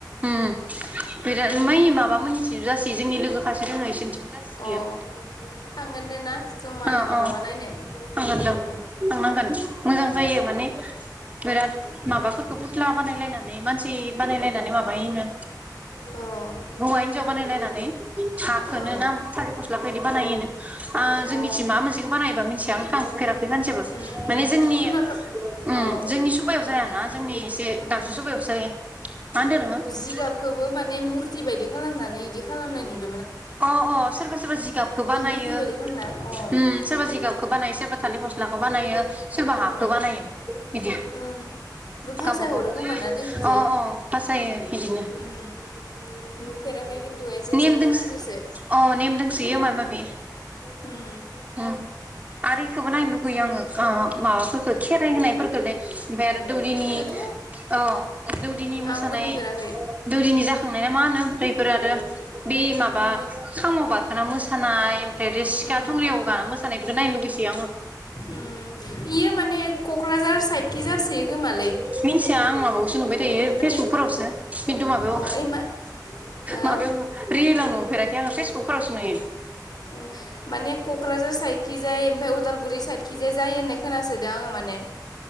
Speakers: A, on the right; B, on the left.
A: उम बिराद मैइ माबा मोननि जासे जोंनि लोगो खासे दोङो इसोरनिथिंबो‌ जाहोयो।
B: अ थांगोन दे ना जमानो
A: ओ
B: मालाबा
A: ओ
B: नायनो
A: थांगोन
B: उम
A: दे थांनांगोन मोजां जायो माने बिराद माबाफोरखौ फुथ्ला बानायलायनानै मानसि बानायलायनानै माबायोनो।
B: अ
A: हौवा हिनजाव बानायलायनानै साखोनो
B: ओं
A: ना थालिर फस्लाखौ इदि बानायोनो
B: अ
A: जोंनिथिं माबा मोनसेखौ बानायबा मिथिया आं थांफेराखै सानसेबो
B: उम उम
A: माने जोंनि
B: ओइ माबा
A: ओम
B: अ
A: जोंनि सबायाव जायाना जोंनि एसे
B: ओं
A: दाबसे सभायावसो जाया मा होनदों नोङो?
B: जिगाबखौबो माने मुरथि बायदि खालामनानै बिदि खालामनाय नुदों।
A: अ अ सोरबा सोरबा जिगाबखौ बानायो
B: मुरथि बायदि खालामना
A: ओम
B: अ
A: सोरबा जिगाबखौ बानायो सोरबा थालिर फस्ला <unintelligible> बानायो। सोरबा हाखौ
B: अ
A: बानायो बिदि
B: ओं बे भासाय
A: गावबा गाव
B: हरो
A: अ
B: खोमा ना दैखिजाय
A: अ बासायो बिदिनो
B: उम नुफेराखै खिन्थु एसे एसे
A: नेम
B: खोनादोसो
A: दोंसो <unintelligible> अ नेम दंसोयो माबा माबि
B: ओम
A: ओम आरो इखौबो नायनो लुगैयो आङो माबाफोरखौ खेराइ होनायफोरखोलै ओमफ्राय आरो दौरिनि
B: इखोथ'
A: अ दौदिनि मोसानाय
B: आंबो नुफेराखै
A: दौरिनि जाखांनाया मा होनो ओमफ्राय बेफोरो आरो बे माबा
B: उम
A: खामाव बारखोना मोस खानाय
B: उम
A: <unintelligible> थुंग्रियाव गाना मोसानाय बेखौ नायनो लुुबैसयो आङो।
B: उम इयो माने क'क्राझार साइडखि जासोयो
A: <unintelligible>
B: खोमालै
A: थायो
B: माने
A: फेसबुक फोरावसो खिन्थु माबायाव
B: अ ओइ मा हो
A: माबायाव रियेलाव नुफेराखै। बेहा आं फेसबुकफोरावसो नुयो।
B: <unintelligible> माने क'क्राझार साइडखि जाय ओमफ्राय उदालगुरि साइडखिजाय जायो होन्नाय खोनासोदो आङो माने